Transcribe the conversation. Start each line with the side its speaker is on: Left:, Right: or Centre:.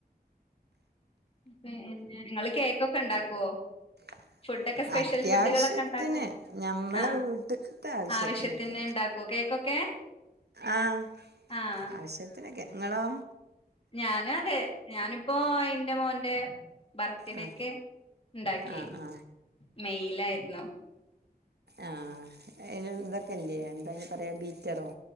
Left: പിന്നെ ഇങ്ങള് കേക്കൊക്കെ ഇണ്ടാക്കോ?
Right: <inaudible>
Left: ഫുഡൊക്കെ സ്പെഷ്യൽ
Right: അത്യാവശ്യത്തിന്
Left: ഫുഡുകളൊക്കെ ഇണ്ടാക്കോ?
Right: ഞമ്മളെ
Left: ആഹ്
Right: വീട്ട്ക്ക്‌ത്തെ ആവശ്യത്തിനൊക്കെ
Left: ആവശ്യത്തിന് ഇണ്ടാക്കോ കേക്കൊക്കെ?
Right: ആഹ്,
Left: ആഹ്
Right: ആവശ്യത്തിനൊക്കെ ഇങ്ങളോ?
Left: ഞാനു അതെ ഞാനിപ്പോ എന്റെ മോന്റെ ബർത്ത്ഡേക്ക്
Right: ആ
Left: ഇണ്ടാക്കി
Right: ആ ആ
Left: മെയ്യിലായിരുന്നു.
Right: ആഹ് ഏഹ് ഇതൊക്കെല്ല്യേ എന്താ അയിന് പറയ് ബീറ്ററോ?